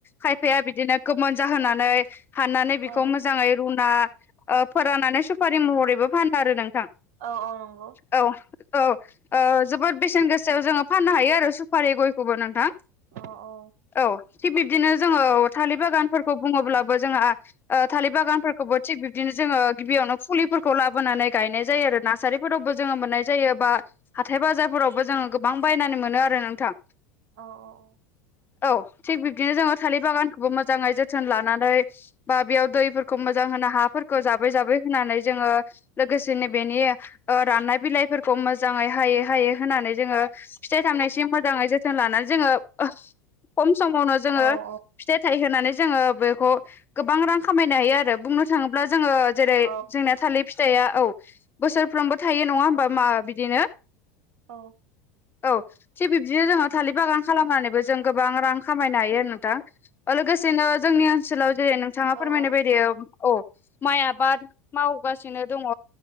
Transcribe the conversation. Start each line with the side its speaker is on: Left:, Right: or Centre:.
Left: खायफाया बिदिनो गोमोन जाहोनानै हाननानै बेखौ
Right: औ
Left: मोजाङै रुना फोराननानै सुफारि महरैबो फानो आरो नोंथां।
Right: औ औ नंगौ।
Left: औ औ। ओ जोबोद बेसेन गोसायाव जोङो फाननो हायो आरो सुपारि गयखौबो नोंथां।
Right: अ औ।
Left: औ थिग बिब्दिनो जोङो औ थालिर बागानफोरखौ बुङोब्लाबो जोंहा ओ थालिर बागानफोरखौबो थिग बिब्दिनो जोङो गिबियावनो फुलिफोरखौ लाबोनानै गायनाय जायो आरो ना। थासारिफोरावबो जोङो मोननाय जायो बा हाथाय बाजारफोरावबो जोङो गोबां बायनानै मोनो आरो नोंथां।
Right: औ औ औ।
Left: औ थिग बिबदिनो जोङो थालिर बागानखौबो मोजाङै जोथोन लानानै बा बेयाव दैफोरखौ मोजां होना हाफोरखौ जाबै जाबै होनानै जोङो लोगोसेनो बेनि राननाय बिलाइफोरखौ मोजाङै हायै हायै होनानै जोङो फिथाइ थामनायसिम मोजाङै जोथोन लानानै जोङो ओ खम समावनो जोङो
Right: औ
Left: फिथाइ थाइ होनानै जोङो बेखौ गोबां रां खामायनो हायो आरो। बुंनो थाङोब्ला जोङो जेरै
Right: औ
Left: जोंनाया थालिर फिथाइया औ बोसोरफ्रोमबो थायो नङा होमबा मा बिदिनो
Right: औ।
Left: औ। थिग बिबदिनो जोङो थालिर बागान खालामनानैबो जों गोबां रां खामायनो हायो आरो नोंथां। लोगोसेनो जोंनि ओनसोलाव जेरै नों थाङा फोरमायनो
Right: औ
Left: बायदि औ माइ आबाद मावगासिनो दङ।